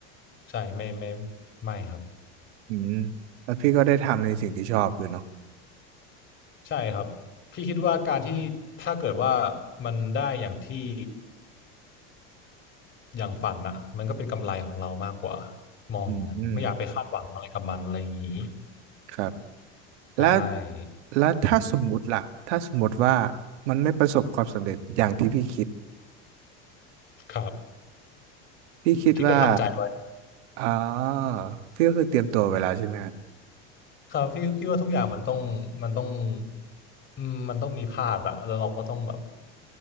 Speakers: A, on the left; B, on the right.
A: ใช่ไม่ไม่ไม่ครับ
B: อืมแล้วพี่ก็ได้ทำในสิ่งที่ชอบด้วยเนาะ
A: ใช่ครับพี่คิดว่าการที่ถ้าเกิดว่ามันได้อย่างที่ อย่างฝันน่ะมันก็เป็นกำไรของเรามากกว่ามองอย่างนั้นไม่อยากไปคาดหวังอะไรกับมันอะไรอย่างนี้
B: อืมครับ
A: ใช่
B: แล้วแล้วถ้าสมมุติล่ะถ้าสมมุติว่ามันไม่ประสบความสำเร็จอย่างที่พี่คิด
A: ครับ
B: พี่คิดว่า
A: พี่ก็ทำใจไว้
B: อ๋อพี่ก็คือเตรียมตัวไว้แล้วใช่ไหมฮะ
A: ครับพี่คิดว่าทุกอย่างมันต้องมันต้องอืมมันต้องมีพลาดอะแล้วเราก็ต้องแบบ